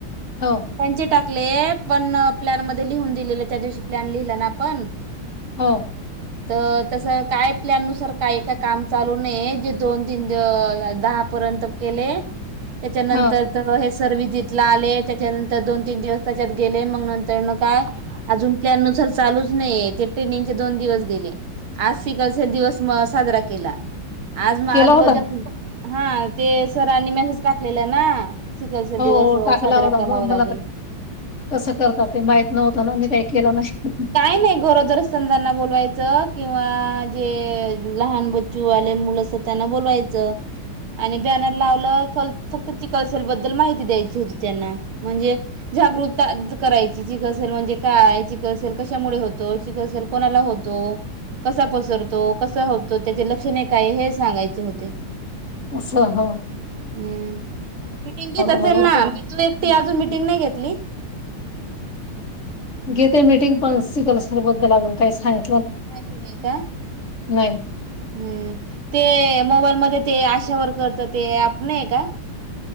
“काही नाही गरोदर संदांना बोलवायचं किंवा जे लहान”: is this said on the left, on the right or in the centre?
Right